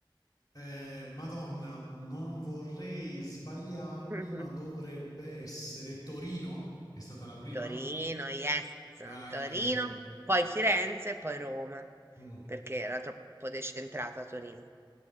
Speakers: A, on the left; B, on the right.
A: Eh, Madonna, non vorrei sbagliarmi,
B: <laughs>
A: ma dovrebbe essere Torino? È stata la prima?
B: Torino, yes,
A: Dai,
B: Torino,
A: eh.
B: poi Firenze, poi Roma,
A: Mm.
B: perché era troppo decentrata Torino,